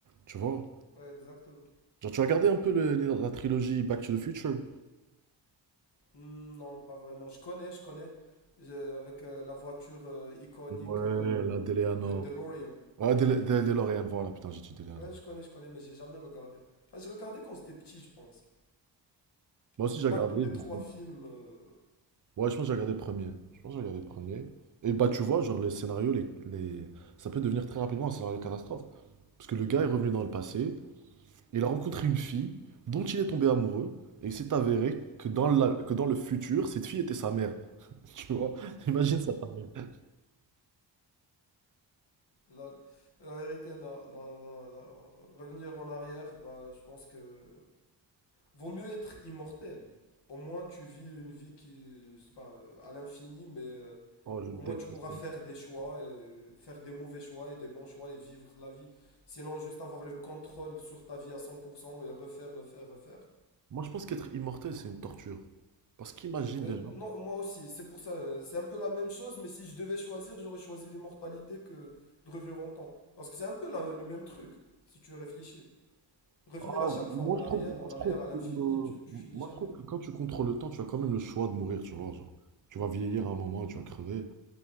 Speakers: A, on the right; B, on the left.
A: Tu vois?
B: Ouais, exactement.
A: Genre, tu as regardé un peu le- le- la trilogie Back to the Future?
B: Hmm, Non, pas vraiment. Je connais, je connais. Je- avec euh, la voiture euh, iconique,
A: Ouais,
B: euh,
A: la DeLeanor.
B: le DeLorean.
A: Ouais, Dele- De- DeLorean, voilà, putain, j'ai dit DeLeanor.
B: Ouais, je connais, je connais, mais j'ai jamais regardé. Enfin, j'ai regardé quand j'étais petit, je pense.
A: Moi aussi,
B: Mais
A: j'ai
B: pas
A: regardé,
B: tous les
A: je me
B: trois
A: suis
B: films. euh,
A: Ouais, je pense que j'ai regardé le premier. Je pense que j'ai regardé le premier. Et bah, tu vois, genre, les scénarios, les, les... ça peut devenir très rapidement un scénario catastrophe. Parce que le gars est revenu dans le passé, et il a rencontré une fille dont il est tombé amoureux, et il s'est avéré que dans la... que dans le futur, cette fille était sa mère. <laughs> Tu vois? Imagine ça, ta mère.
B: la, la vérité, non, non, non, non. Revenir en arrière, bah, je pense que Vaut mieux être immortel. Au moins, tu vis une vie qui, je sais pas, euh, à l'infini, mais euh,
A: Oh, je
B: au
A: le déteste.
B: moins tu pourras faire des choix, et faire des mauvais choix et des bons choix et vivre la vie. Sinon, juste avoir le contrôle sur ta vie à 100% et refaire, refaire, refaire.
A: Moi, je pense qu'être immortel, c'est une torture. Parce qu'imagine
B: Euh,
A: déjà.
B: non, moi aussi, c'est pour ça, euh, c'est un peu la même chose, mais si je devais choisir, j'aurais choisi l'immortalité que de revenir en temps. Parce que c'est un peu la- le même truc, si tu réfléchis. Revenir
A: Ah,
B: à chaque fois
A: moi,
B: en
A: je
B: arrière,
A: trouve, moi,
B: en
A: je
B: arrière,
A: trouve
B: à l'infini,
A: que, euh,
B: tu, tu finis
A: moi,
B: jamais.
A: je trouve que quand tu contrôles le temps, tu as quand même le choix de mourir, tu vois. Genre, tu vas vieillir à un moment, tu vas crever.